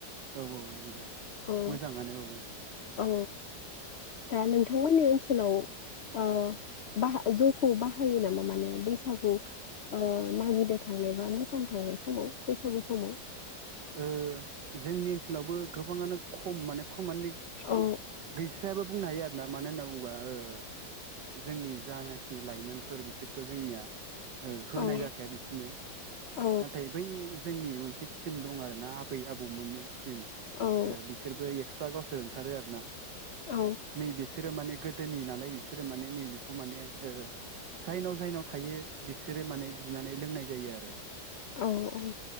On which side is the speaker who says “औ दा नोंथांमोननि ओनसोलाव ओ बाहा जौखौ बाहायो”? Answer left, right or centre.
Left